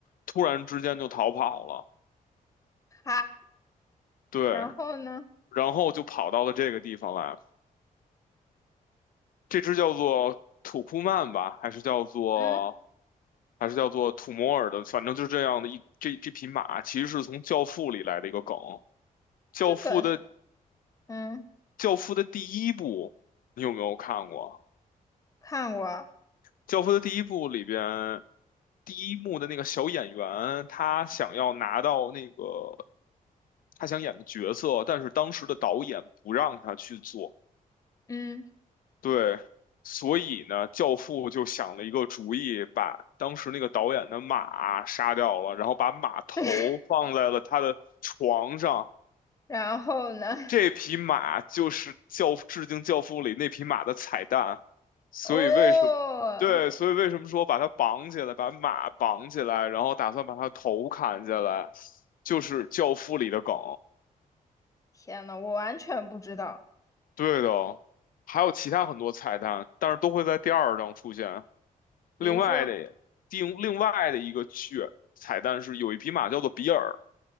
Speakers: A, on the left (about 75°); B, on the left (about 20°).
A: 突然之间就逃跑了。
B: 哈，
A: 对，
B: 然后呢？
A: 然后就跑到了这个地方来。这只叫做土库曼吧，还是叫做
B: 嗯，
A: 还是叫做土摩尔的，反正就是这样的一这这匹马，其实是从《教父》里来的一个梗。《教父》的
B: 这个是嗯，
A: 《教父》的第一部，你有没有看过？
B: 看我，
A: 教父的第一部里边，第一幕的那个小演员，他想要拿到那个他想演的角色，但是当时的导演不让他去做。
B: 嗯。
A: 对，所以呢，教父就想了一个主意，把当时那个导演的马杀掉了，然后把马头放在了他的床上。
B: <laughs> 然后呢？
A: 这匹马就是教致敬《教父》里那匹马的彩蛋，所以为什么？
B: 哦，
A: 对，所以为什么说把它绑起来，把马绑起来，然后打算把它头砍下来，就是《教父》里的梗。
B: 天呐，我完全不知道。
A: 对的，还有其他很多彩蛋，但是都会在第二章出现。
B: 比如说，
A: 另外的，另另外的一个剧彩蛋是有一匹马叫做比尔，